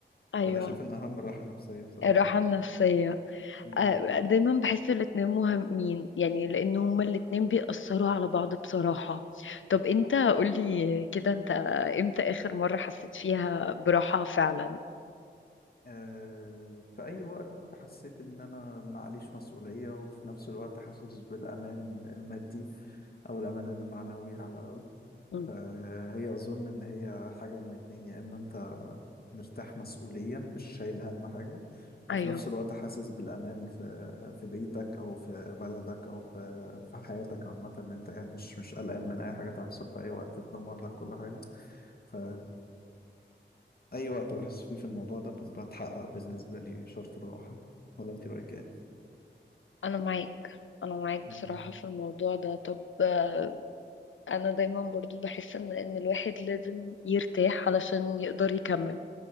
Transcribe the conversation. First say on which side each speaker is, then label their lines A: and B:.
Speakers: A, on the left; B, on the left.
A: ايوه
B: فانا شايف ان اهم الراحة النفسية بصراحة
A: الراحة النفسية
B: مم.
A: آه، دايما بحس الاتنين مهمين يعني لان هما الاتنين بيأثروا على بعض بصراحة طب انت قولي كده انت امتى اخر مرة حسيت فيها براحة فعلا
B: آه، في أي وقت حسيت إن أنا معليش مسؤولية وفي نفس الوقت حاسس بالأمان المادي أو الأمان المعنوي على الأقل
A: مم.
B: فهي أظن إن هي حاجة من اتنين يا إما أنت مرتاح مسؤوليا مش شايل هم حاجة وفي
A: ايوه
B: نفس الوقت حاسس بالأمان في في بيتك أو في بلدك أو في في حياتك عامة إن أنت قاعد مش مش قلقان من أي حاجة تحصل في أي وقت تدمر لك كل حاجة ف أي وقت بحس فيه في الموضوع ده بيبقى اتحقق بالنسبة لي شرط الراحة ولا أنت رأيك إيه؟
A: انا معاك انا معاك بصراحة
B: مم.
A: في الموضوع ده طب آه، انا دايما برضو بحس ان ان الواحد لازم يرتاح علشان يقدر يكمل